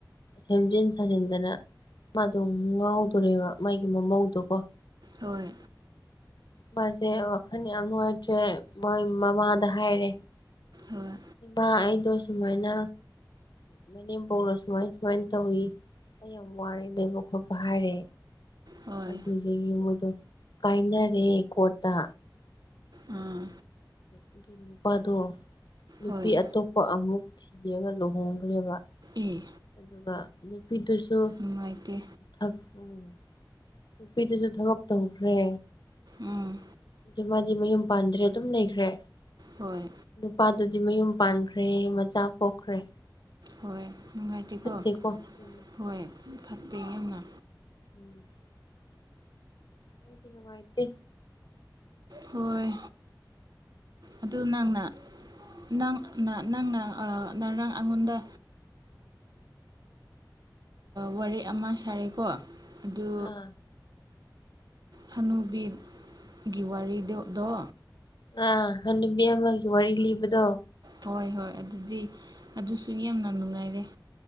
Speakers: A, on the left; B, on the right.
A: ꯁꯦꯝꯖꯤꯟ ꯁꯥꯖꯤꯟꯗꯅ ꯃꯥꯗꯣ ꯉꯥꯎꯗꯣꯔꯦꯕ ꯃꯥꯒꯤ ꯃꯃꯧꯗꯨꯀꯣ
B: ꯍꯣꯏ
A: ꯃꯥꯁꯦ ꯑꯣꯈ ꯌꯥꯝ ꯑꯣꯏ ꯎꯆꯦ ꯃꯣꯏ ꯃꯃꯥꯗ ꯍꯥꯏꯔꯦ
B: ꯍꯣꯏ
A: ꯏꯃꯥ ꯑꯩꯗꯣ ꯁꯨꯃꯥꯏꯅ ꯃꯅꯦꯝꯕꯧꯅ ꯁꯨꯃꯥꯏ ꯁꯨꯃꯥꯏꯅ ꯇꯧꯋꯤ ꯑꯩ ꯌꯥꯝ ꯋꯥꯔꯦ ꯂꯩꯕ ꯈꯣꯠꯄ ꯍꯥꯏꯔꯦ
B: ꯍꯣꯏ
A: ꯑꯗꯨꯗꯒꯤ ꯃꯣꯏꯗꯣ ꯀꯥꯏꯅꯔꯦ ꯀꯣꯔꯠꯇ
B: ꯑꯥ
A: ꯑꯗꯨ ꯅꯨꯄꯥꯗꯣ ꯅꯨꯄꯤ
B: ꯍꯣꯏ
A: ꯑꯇꯣꯞꯄ ꯑꯃꯨꯛ ꯊꯤꯔꯒ ꯂꯨꯍꯣꯡꯈ꯭ꯔꯦꯕ
B: ꯑꯦ
A: ꯑꯗꯨꯒ ꯅꯨꯄꯤꯗꯨꯁꯨ
B: ꯅꯨꯡꯉꯥꯏꯇꯦ
A: ꯑꯣ ꯎꯝ ꯅꯨꯄꯤꯗꯨꯁꯨ ꯊꯕꯛ ꯇꯧꯈ꯭ꯔꯦ
B: ꯎꯝ
A: ꯑꯗꯨ ꯃꯥꯗꯤ ꯃꯌꯨꯝ ꯄꯥꯟꯗ꯭ꯔꯦ ꯑꯗꯨꯝ ꯂꯩꯈ꯭ꯔꯦ
B: ꯍꯣꯏ
A: ꯅꯨꯄꯥ ꯑꯗꯨꯗꯤ ꯃꯌꯨꯝ ꯄꯥꯟꯈ꯭ꯔꯦ ꯃꯆꯥ ꯄꯣꯛꯈ꯭ꯔꯦ
B: ꯍꯣꯏ ꯅꯨꯡꯉꯥꯏꯇꯦꯀꯣ
A: ꯐꯠꯇꯦꯀꯣ ꯎ
B: ꯍꯣꯏ ꯐꯠꯇꯦ ꯌꯥꯝꯅ
A: ꯎꯝ ꯀ ꯀꯅꯉꯥꯏꯇꯦ
B: ꯍꯣꯏ ꯑꯗꯨ ꯅꯪꯅ ꯅꯪ ꯅꯪꯅ ꯉꯔꯥꯡ ꯑꯩꯉꯣꯟꯗ ꯋꯥꯔꯦ ꯑꯃ ꯁꯥꯔꯦꯀꯣ ꯑꯗꯨ
A: ꯑꯥ
B: ꯍꯅꯨꯕꯤꯔ ꯒꯤꯋꯥꯔꯤꯗꯗ
A: ꯑ ꯍꯅꯕꯤ ꯑꯃꯒꯤꯒꯤ ꯋꯥꯔꯤ ꯂꯤꯕꯗꯣ
B: ꯍꯣꯏ ꯍꯣꯏ ꯑꯗꯨꯗꯤ ꯑꯗꯨꯁꯨ ꯌꯥꯝꯅ ꯅꯨꯡꯉꯥꯏꯔꯦ